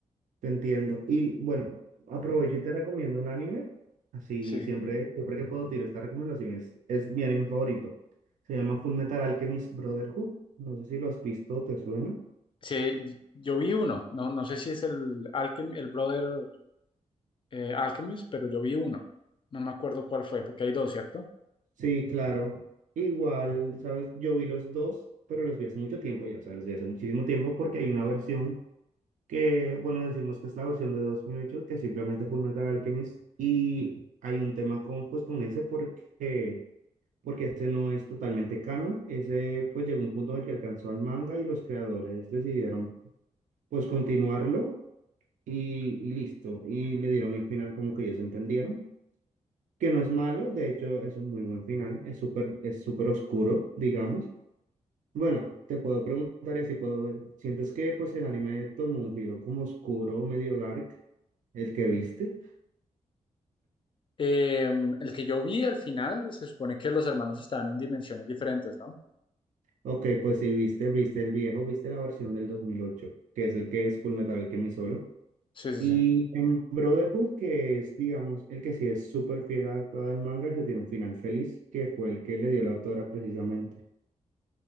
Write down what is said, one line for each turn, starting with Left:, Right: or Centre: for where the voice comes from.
Right: Te entiendo. Y bueno, aprovecho y te recomiendo un anime. Así
Left: Sí.
Right: siempre, siempre que puedo tiro esta recomendación. Es, es mi anime favorito. Se llama Full Metal Alchemist Brotherhood. No sé si lo has visto, ¿te suena?
Left: Sí, yo vi uno, no, no sé si es el, Alchem- el Brother eh, Alchemist, pero yo vi uno. No me acuerdo cuál fue, porque hay dos, ¿cierto?
Right: Sí, claro. Igual, sabes, yo vi los dos, pero los vi hace mucho tiempo ya. O sea, los vi hace muchísimo tiempo porque hay una versión que, bueno, decimos que es la versión de 2008 que simplemente Full Metal Alchemist. Y hay un tema con, pues, con ese porque porque ese no es totalmente canon. Ese pues llegó un punto en el que alcanzó al manga y los creadores decidieron pues continuarlo y, y listo. Y le dieron el final como que ellos entendieron, que no es malo, de hecho es un muy buen final, es súper es súper oscuro, digamos. Bueno, te puedo preguntar y así puedo ver. ¿Sientes que pues el anime tomó un giro como oscuro, medio dark, el que viste?
Left: Eh, el que yo vi al final, se supone que los hermanos estaban en dimensiones diferentes, ¿no?
Right: Ok, pues si viste, viste el viejo, viste la versión del 2008 que es el que es Fullmetal Alchemist solo.
Left: Sí, sí,
Right: Y
Left: sí.
Right: en Brotherhood, que es, digamos, el que sí es súper fiel adaptado al manga, se tiene un final feliz, que fue el que le dio la autora precisamente.